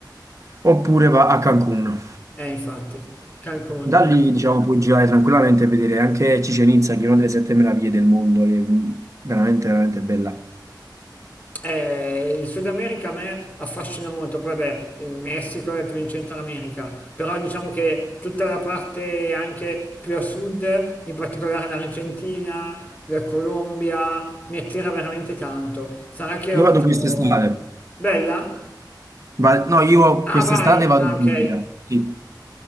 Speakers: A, on the right; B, on the left.
A: oppure va a Cancun.
B: Eh, infatti, Cancun,
A: Da lì, diciamo, puoi girare tranquillamente e vedere anche Chichén Itzá, che è una delle sette meraviglie del mondo, che è veramente, veramente bella.
B: eh, eh, il Sud America a me affascina molto, poi beh, il Messico è più in Centro America, però diciamo che tutta la parte anche più a sud, in particolare l'Argentina, la Colombia, mi attira veramente tanto. Sarà che ho
A: Io
B: avuto...
A: vado quest'estate.
B: Bella?
A: Va- no, io
B: Ah,
A: quest'estate
B: vai!
A: vado
B: Ah,
A: in
B: ok.
A: Puglia. Sì.